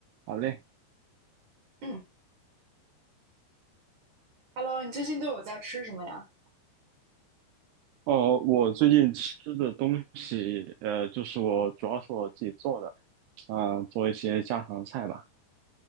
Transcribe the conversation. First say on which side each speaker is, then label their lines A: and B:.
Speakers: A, on the right (about 80°); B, on the right (about 50°).
A: 好嘞，
B: 嗯，Hello，你最近都有在吃什么呀？
A: 哦，我最近吃的东西，呃，就是我主要是我自己做的，嗯、做一些家常菜吧。